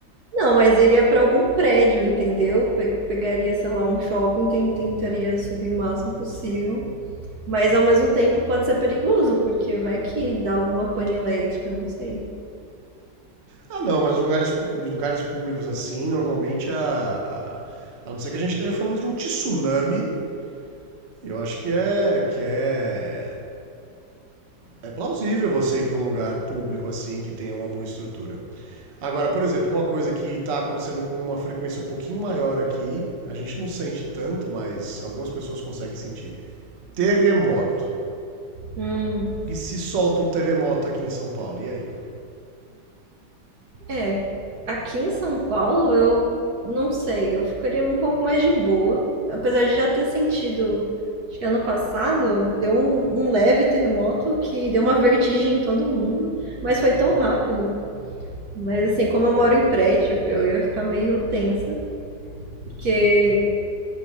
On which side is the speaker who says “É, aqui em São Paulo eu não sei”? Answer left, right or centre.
Right